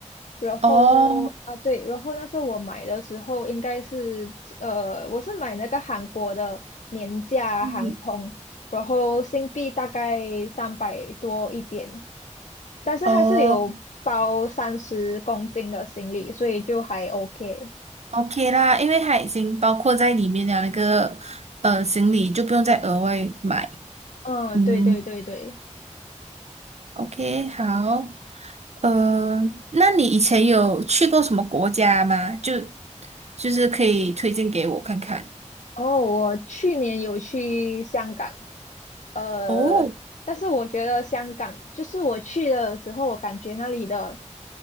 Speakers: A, on the left; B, on the right.
A: 然后啊对，
B: <laughs> 哦，
A: 然后那时候我买的时候应该是呃，我是买那个韩国的年价航空，
B: 嗯，
A: 然后新币大概三百多一点。但是它是有包三十公斤的行李，
B: 哦
A: 所以就还 OK。
B: ，OK 啦，因为它已经包括在里面的那个呃行李，就不用再额外买。
A: 嗯，
B: 嗯
A: 对对对对。
B: ，OK，好。呃，那你以前有去过什么国家吗？就就是可以推荐给我看看。
A: 哦，我去年有去香港，呃，
B: 哦，
A: 但是我觉得香港就是我去的时候，我感觉那里的